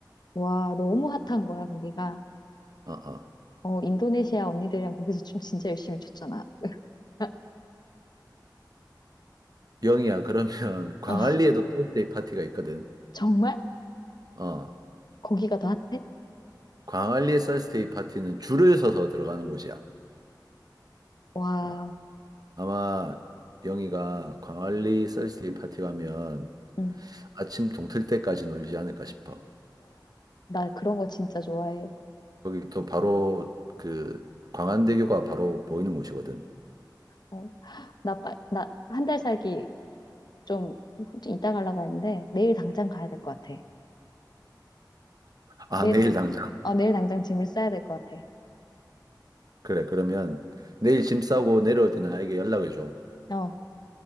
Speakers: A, on the left (about 65°); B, on the right (about 55°).
A: 와, 너무 핫한 거야, 거기가.
B: 어, 어.
A: 어, 인도네시아 언니들이랑 거기서 춤 진짜 열심히 췄잖아. <laughs>
B: 영희야, 그러면 <laughs> 광안리에도
A: 어,
B: 썰스데이 파티가 있거든.
A: 정말?
B: 어.
A: 거기가 더 핫해?
B: 광안리 썰스데이 파티는 줄을 서서 들어가는 곳이야.
A: 와,
B: 어. 아마 영희가 광안리 썰스데이 파티 가면
A: 응.
B: 아침 동틀 때까지 놀지 않을까 싶어.
A: 나 그런 거 진짜 좋아해.
B: 거기 또 바로 그 광안대교가 바로 보이는 곳이거든.
A: 어, 나, 빨, 나, 한 달 살기 좀, 좀 이따 가려고 했는데, 내일 당장 가야 될 것 같아.
B: 아,
A: 내일
B: 내일
A: 당,
B: 당장.
A: 어, 내일 당장 짐을 싸야 될 것 같아.
B: 그래, 그러면 내일 짐 싸고 내려올 때 나에게 연락을 줘.
A: 어.